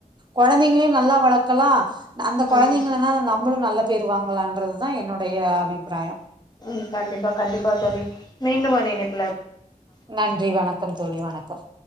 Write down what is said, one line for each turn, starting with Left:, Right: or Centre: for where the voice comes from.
Right: கொழந்தைங்களையு நல்லா வளக்கலா அந்த கொழந்தைங்கள்னால
Left: ம்
Right: நம்மளு நல்ல பேரு வாங்களான்றது தா என்னுடைய அபிப்பிராயோ
Left: ம் கண்டிப்பா கண்டிப்பா தோழி மீண்டும் ஒரு இணைப்
Right: நன்றி வணக்கம் தோழி வணக்கம்